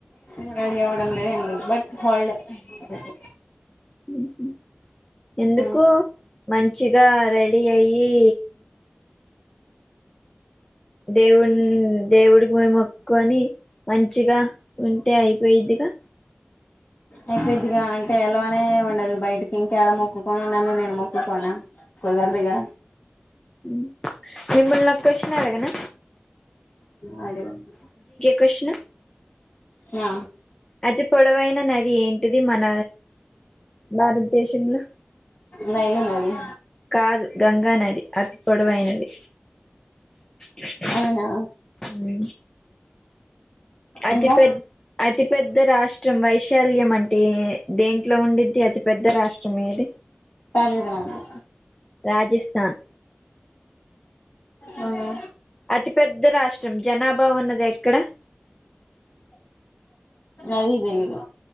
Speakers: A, on the left; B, on the left.
A: తిని రెడీ అవడంలే ఏ బట్ హల్డే రేపు
B: ఉహు ఎందుకు
A: మ్మ్
B: మంచిగా రెడీ అయ్యి దేవున్ దేవుడికి మొక్కుకొని మంచిగా ఉంటే అయిపోయిద్దిగా
A: అయిపోయిద్దిగా అంటే ఎలోనే ఉండదు బయటికి ఇంకాడ మొక్కుకోని నన్ను నేను మొక్కుకోన కుదరదుగా
B: ఉ మీమ్ముల్ని ఓ కొషన్ అడగనా?
A: అడగండి
B: కొష్ను
A: ఆ
B: అతి పొడవైనా నద్ ది ఏంటిది మన భారతదేశంలో?
A: నైలు నది
B: కాదు గంగా నది అత్ పొడవైనది. ఇ <unintelligible> <inaudible>
A: అవునా
B: ఉ అతి
A: ఇంకా
B: పెద్ అతి పెద్ద రాష్ట్రం వైశాల్యం అంటే దేంట్లో ఉండిద్ది అతి పెద్ద రాష్ట్రం ఏది?
A: తలిదు నాకు
B: రాజస్థాన్
A: అవునా
B: అతి పెద్ద రాష్ట్రం జనాభా ఉన్నది ఎక్కడ?
A: అది తెలీదు